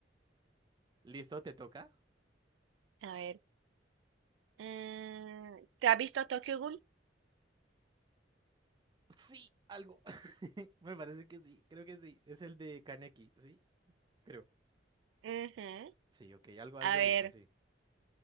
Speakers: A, on the right (about 25°); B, on the right (about 80°).
A: ¿Listo? ¿Te toca?
B: A ver. mm, ¿te has visto Tokyo Ghoul?
A: Sí, algo. <laughs> Me parece que sí, creo que sí. Es el de Kaneki, ¿sí? Creo.
B: Ujú.
A: Sí, ok. Algo, algo
B: A ver.
A: he visto, sí.